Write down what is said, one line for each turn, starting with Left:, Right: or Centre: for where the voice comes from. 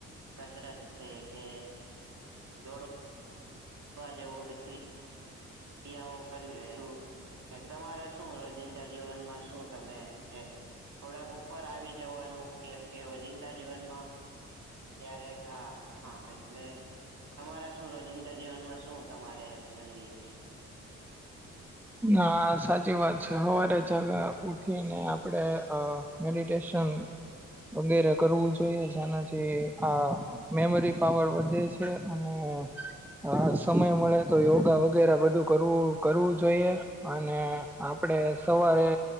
Right: કસરત છે કે દોડો વા જવું દરી આવું કરવી તમારે શું રોજિંદા જીવનમાં શું તમે છે થોડાક ઉપર આવી જવાનું કેમ કે રોજિંદા જીવનમાં ક્યારેક હા હા એટલે તમારા શું રોજિંદા જીવનમાં શું તમારે બની રહ્યું છે
Centre: અ સાચી વાત છે હવારે જગા ઉઠીને આપડે અ મેડિટેશન વગેરે કરવું જોઈએ છે આનાથી આ મેમરી પાવર વધે છે અને હા સમય મળે તો યોગા વગેરે બધું કરવું કરવું જોઈએ. અને આપડે સવારે